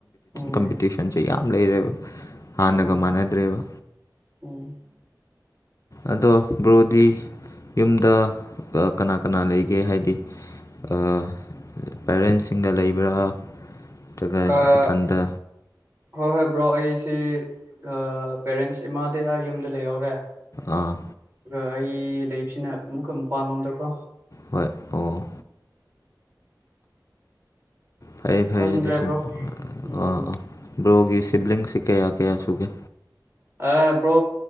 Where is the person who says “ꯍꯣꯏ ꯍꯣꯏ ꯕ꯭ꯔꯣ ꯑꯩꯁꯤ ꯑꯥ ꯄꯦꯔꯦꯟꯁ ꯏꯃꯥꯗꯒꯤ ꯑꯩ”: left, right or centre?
Right